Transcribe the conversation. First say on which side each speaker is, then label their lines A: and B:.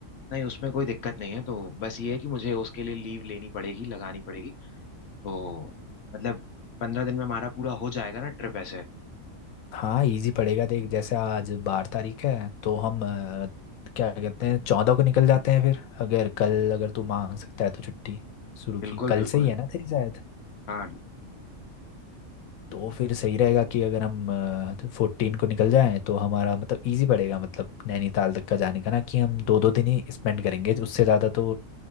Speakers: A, on the left; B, on the left.
A: नहीं उसमें कोई दिक्कत नहीं है तो बस ये है कि मुझे उसके लिए लीव लेनी पड़ेगी लगानी पड़ेगी तो मतलब पंद्रह दिन में हमारा पूरा हो जाएगा ना ट्रिप ऐसे
B: हाँ इजी पड़ेगा देख जैसे आज बारह तारीख है तो हम अ, क्या कहते हैं चौदह को निकल जाते हैं फिर अगर कल अगर तू मांग सकता है तो छुट्टी शुरू
A: बिल्कुल
B: की कल
A: बिल्कुल
B: से ही है ना तेरी शायद
A: हाँ
B: तो फिर सही रहेगा कि अगर हम फोर्टीन को निकल जाएं तो हमारा मतलब इजी पड़ेगा मतलब नैनीताल तक का जाने का ना कि हम दो दो दिन ही स्पेंड करेंगे उससे ज़्यादा तो